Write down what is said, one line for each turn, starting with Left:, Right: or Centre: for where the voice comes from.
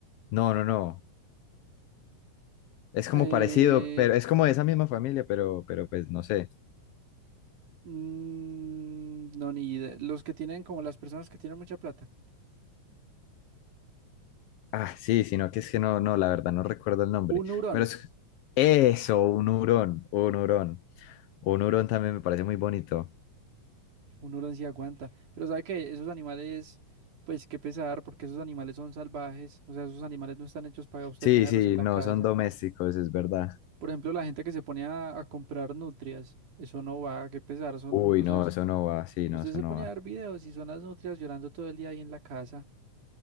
Left: No, no, no, es como
Right: Eh,
Left: parecido, pero es como de esa misma familia, pero, pero pues no sé.
Right: mm, no, ni idea. Los que tienen, como las personas que tienen mucha plata.
Left: Ah, sí, sino que es que no, no, la verdad no recuerdo el nombre,
Right: Un hurón.
Left: pero es eso, un hurón, un hurón, un hurón también me parece muy bonito.
Right: Un hurón sí aguanta. Pero sabe que esos animales, pues qué pesar, porque esos animales son salvajes. O sea, esos animales no están hechos para usted
Left: Sí,
Right: tenerlos
Left: sí,
Right: en la
Left: no,
Right: casa.
Left: son domésticos, es verdad.
Right: Por ejemplo, la gente que se pone a, a comprar nutrias. Eso no va, qué pesar. Son,
Left: Uy,
Right: o sea,
Left: no, eso no va, sí, no,
Right: Usted
Left: eso
Right: se
Left: no
Right: pone
Left: va.
Right: a ver videos y son las nutrias llorando todo el día ahí en la casa.